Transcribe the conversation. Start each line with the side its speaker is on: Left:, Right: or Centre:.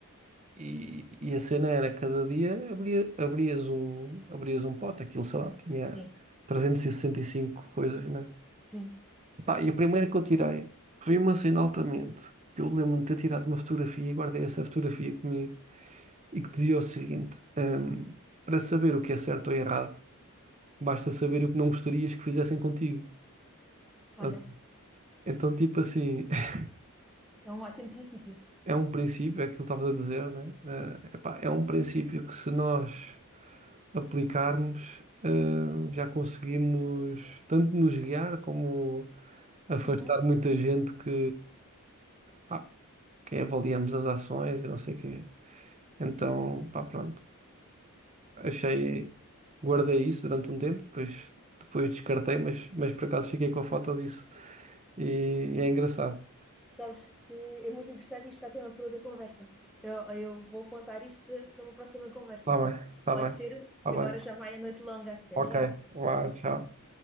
Right: e, e a cena era cada dia abria, abrias um, abrias um pote, aquilo, sei lá, tinha
Centre: Sim.
Right: 365 coisas, né?
Centre: Sim.
Right: Pá, e a primeira que eu tirei foi uma cena altamente, que eu lembro-me de ter tirado uma fotografia e guardei essa fotografia comigo e que dizia o seguinte, hum, para saber o que é certo ou errado, basta saber o que não gostarias que fizessem contigo.
Centre: Olha,
Right: Tá? Então, tipo assim, <laughs>
Centre: é um ótimo princípio.
Right: é um princípio, é aquilo que estavas a dizer, né? Eh, epá, é um princípio que se nós aplicarmos, eh, já conseguimos tanto nos guiar como afastar
Centre: Uhum.
Right: muita gente que, pá, que avaliamos as ações e não sei o quê. Então, pá, pronto. Achei, guardei isso durante um tempo, depois, depois descartei, mas, mas por acaso fiquei com a foto disso. E, é engraçado.
Centre: Sabes que é muito interessante e isto está tema para outra conversa. Eu, eu vou apontar isto para, para uma próxima conversa.
Right: Tá bem, tá
Centre: Pode
Right: bem,
Centre: ser,
Right: tá
Centre: que
Right: bem.
Centre: agora já vai a noite longa. Até
Right: Ok,
Centre: já.
Right: vá,
Centre: Até
Right: tchau.
Centre: já.